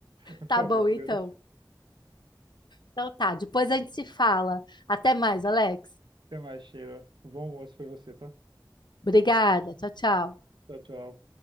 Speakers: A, on the right (about 70°); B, on the left (about 65°).
A: Por
B: Tá
A: favor,
B: bom, então.
A: dê outra chance.
B: Então tá, depois a gente se fala. Até mais, Alex.
A: Até mais, Sheila. Bom almoço pra você, tá?
B: Obrigada. Tchau, tchau.
A: Tchau, tchau.